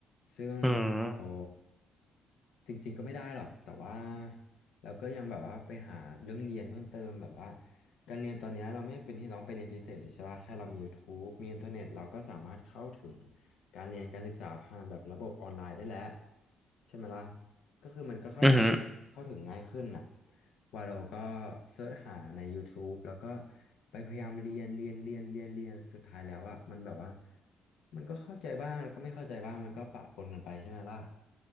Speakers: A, on the left (about 85°); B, in the centre.
A: ซึ่ง
B: อืม
A: เราจริงๆก็ไม่ได้หรอกแต่ว่าเราก็ยังแบบว่าไปหาเรื่องเรียนเพิ่มเติมแบบว่าการเรียนตอนเนี้ยเราไม่จำเป็นที่ต้องไปเรียนพิเศษเลยใช่ป่ะแค่เรามี YouTube มีอินเทอร์เน็ตเราก็สามารถเข้าถึงการเรียนการศึกษาผ่านแบบระบบออนไลน์ได้แล้วใช่ไหมล่ะ ก็คือมันก็เข้าถึงเข้าถึงง่ายขึ้นน่ะ
B: อหือหือ
A: วาโลก็เสิร์ชหาใน YouTube แล้วก็ไปพยายามเรียนเรียนเรียนเรียนเรียนสุดท้ายแล้วอ่ะมันแบบว่ามันก็เข้าใจบ้างแล้วก็ไม่เข้าใจบ้างมันก็ปะปนกันไปใช่ไหมล่ะ